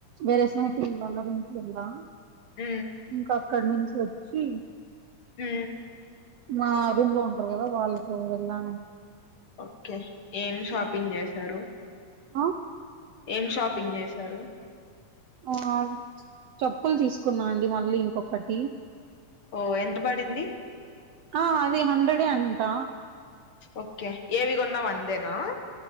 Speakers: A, on the right; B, on the left.
A: వేరే స్నేహితుల <unintelligible>
B: ఉ
A: ఇంక అక్కడ నుంచి వచ్చి
B: హ
A: మా రూమ్ లో ఉంటారు కదా వాళ్ళతో వెళ్లా
B: ఓకే ఏం షాపింగ్ చేశారు
A: ఆ
B: ఏం షాపింగ్ చేశారు
A: ఆ చెప్పులు తీసుకున్నా అండి మళ్ళీ ఇంకొకటి
B: ఓ ఎంత పడింది
A: ఆ అది హండ్రెడే అంటా
B: ఓకే ఏవిగొన్నా వందేనా